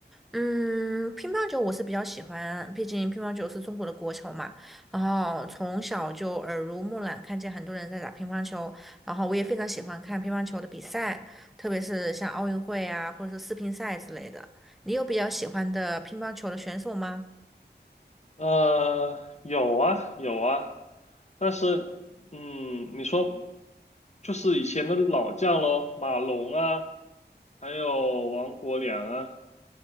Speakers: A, in the centre; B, on the left (about 40°).
A: 嗯，乒乓球我是比较喜欢，毕竟乒乓球是中国的国球嘛。然后从小就耳濡目染，看见很多人在打乒乓球，然后我也非常喜欢看乒乓球的比赛，特别是像奥运会啊，或者是世乒赛之类的。你有比较喜欢的乒乓球的选手吗？
B: 呃，有啊，有啊，但是，嗯，你说就是以前的老将咯，马龙啊，还有王国良啊，